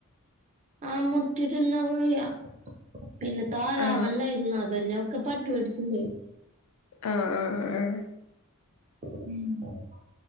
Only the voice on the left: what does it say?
ആ
ആഹ് ആഹ് ആഹ് ആഹ്